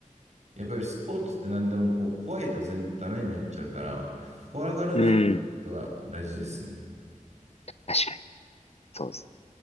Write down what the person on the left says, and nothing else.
ね。うん、確かに。そうですね。